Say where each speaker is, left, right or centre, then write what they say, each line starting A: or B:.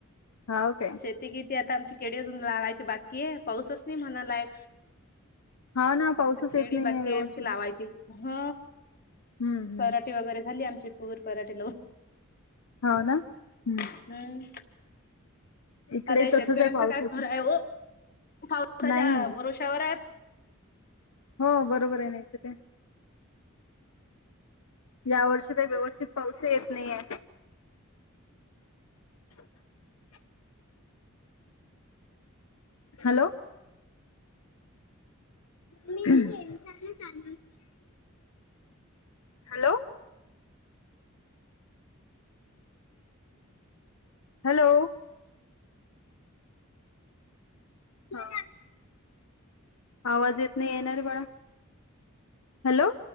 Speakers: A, on the left; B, on the left.
A: हा काय
B: शेती किती आता आमची? केळी अजून लावायची बाकी ए पाऊसच नाही म्हणालाय.
A: हा ना पाऊसच
B: तर केळी
A: येत नाही
B: बाकी
A: व्यवस्थित
B: आहे, आमची लावायची ह.
A: हम्म हम्म
B: पराठीे वगैरे झाली आमचे तूर पराठीे लावून.
A: होव ना हम्म.
B: हम्म.
A: इकडे
B: आता या
A: तसच
B: शेतकऱ्यांचं
A: आहे पावसाच
B: काय खर आहे? ओ पावसाच्या
A: नाही
B: भरवश्यावर आहेत.
A: हो बरोबर आहे नाही त काय. या वर्षी ते व्यवस्थित पाऊस येत नाहीये. <inaudible> हॅलो. <inaudible> हॅलो. हॅलो. हो. आवाज येत नाही रे बाळा हॅलो.